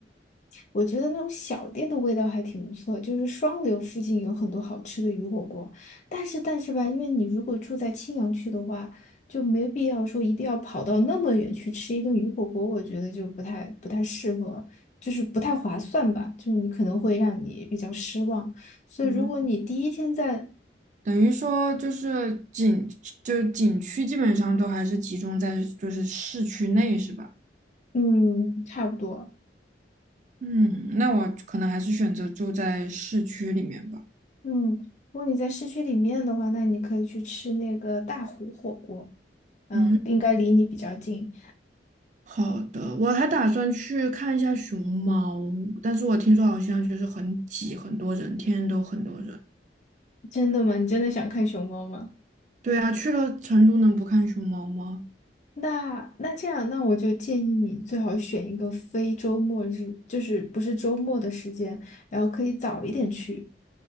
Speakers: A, on the left; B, on the right.
A: 我觉得那种小店的味道还挺不错，就是双流附近有很多好吃的鱼火锅，但是但是吧，因为你如果住在青羊区的话，就没必要说一定要跑到那么远去吃一顿鱼火锅，我觉得就不太不太适合，就是不太划算吧，就是你可能会让你比较失望。所以如果你第一天在，
B: 嗯等于说就是景，就是景区基本上都还是集中在就是市区内，是吧？
A: 嗯，差不多，
B: 嗯，那我可能还是选择住在市区里面吧。
A: 嗯，如果你在市区里面的话，那你可以去吃那个大湖火锅，嗯，
B: 嗯，
A: 应该离你比较近。
B: 好的，我还打算去看一下熊猫，但是我听说好像就是很挤，很多人，天天都很多人。
A: 真的吗？你真的想看熊猫吗？
B: 对啊，去了成都能不看熊猫吗？
A: 那那这样，那我就建议你最好选一个非周末日，就是不是周末的时间，然后可以早一点去